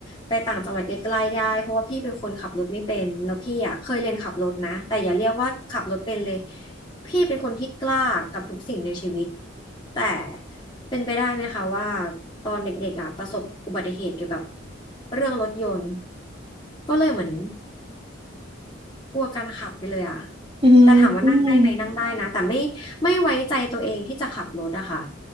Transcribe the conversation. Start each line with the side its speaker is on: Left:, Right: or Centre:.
Left: ไปต่างจังหวัดใกล้ๆได้เพราะว่าพี่เป็นคนขับรถไม่เป็นแล้วพี่อ่ะเคยเรียนขับรถนะแต่อย่าเรียกว่าขับรถเป็นเลยพี่เป็นคนที่กล้ากับทุกสิ่งในชีวิตแต่เป็นไปได้ไหมคะว่าตอนเด็กๆอ่ะประสบอุบัติเหตุเกี่ยวกับเรื่องรถยนต์ก็เลยเหมือน กลัวการขับไปเลยอ่ะ
Right: อืมอม
Left: แต่ถามว่านั่งได้ไหมนั่งได้นะ แต่ไม่ไม่ไว้ใจตัวเองที่จะขับรถอะค่ะ